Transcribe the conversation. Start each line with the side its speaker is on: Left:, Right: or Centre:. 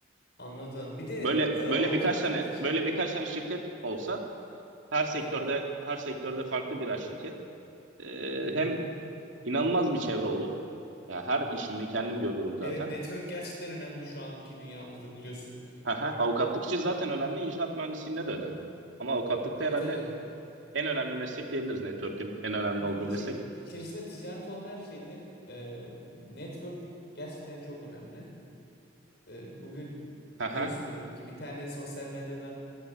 Left: Anladım. Bir de
Right: Böyle
Left: e, avukatlıktaki
Right: böyle birkaç tane böyle birkaç tane şirket olsa her sektörde
Left: Aha.
Right: her sektörde farklı birer şirket. Ee,
Left: Hı hı.
Right: hem inanılmaz bir çevre olur. Ya her işimi kendim görürüm zaten.
Left: Evet network gerçekten önemli şu anki dünyamızda biliyorsun.
Right: Haha, Avukatlık için zaten önemli, inşaat mühendisliğinde de önemli. Ama avukatlıkta
Left: Tabii
Right: herhalde
Left: tabii.
Right: en önemli meslek diyebiliriz. Network'ün en önemli
Left: Şimdi
Right: olduğu
Left: içi,
Right: meslek.
Left: içerisinde ticaret olan her şeyde e, network gerçekten çok önemli. E, bugün
Right: Haha,
Left: biliyorsundur belki bir tane sosyal medyada